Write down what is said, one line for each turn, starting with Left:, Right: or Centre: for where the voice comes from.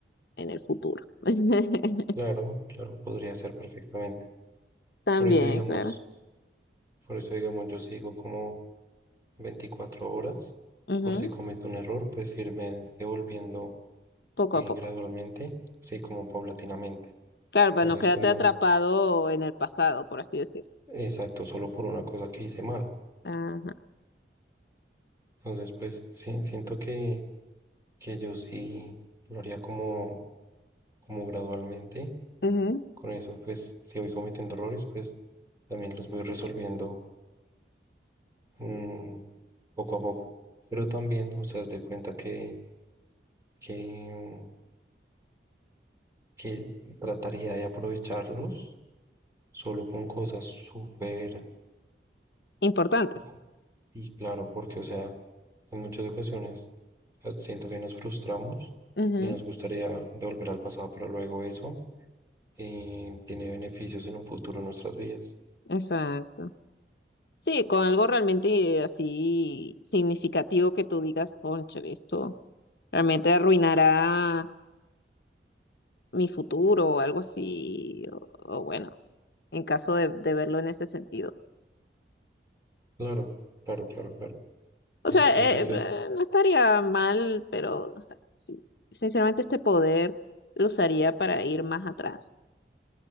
Left: en el futuro. <laughs>
Right: claro, claro, podría ser perfectamente.
Left: También,
Right: Por eso, digamos...
Left: claro.
Right: Por eso, digamos, yo sigo como 24 horas.
Left: Ujú,
Right: Por si cometo un error, pues irme devolviendo
Left: Poco
Right: eh,
Left: a poco.
Right: gradualmente, sí, como paulatinamente.
Left: Claro, para
Right: Entonces,
Left: no quedarte
Right: pues no,
Left: atrapado en el pasado, por así decirlo.
Right: exacto, solo por una cosa que hice mal.
Left: Ajá.
Right: Entonces, pues sí, siento que, que yo sí lo haría como, como gradualmente.
Left: Ujú,
Right: Con eso, pues si voy cometiendo errores, pues también los voy resolviendo mm, poco a poco. Pero también, o sea, haz de cuenta que, que que trataría de aprovecharlos solo con cosas súper,
Left: Importantes.
Right: su- y claro, porque, o sea, en muchas ocasiones eh, siento que nos frustramos
Left: Ujú,
Right: y nos gustaría devolver al pasado, pero luego eso eh, tiene beneficios en un futuro en nuestras vidas.
Left: Exacto. Sí, con algo realmente así significativo que tú digas, cónchale, esto realmente arruinará mi futuro o algo así. O, o bueno, en caso de, de verlo en ese sentido.
Right: Claro, claro, claro, claro.
Left: O
Right: Entonces
Left: sea,
Right: siento
Left: eh,
Right: que
Left: eh,
Right: es,
Left: no estaría mal, pero no sé, sí. Sinceramente este poder lo usaría para ir más atrás.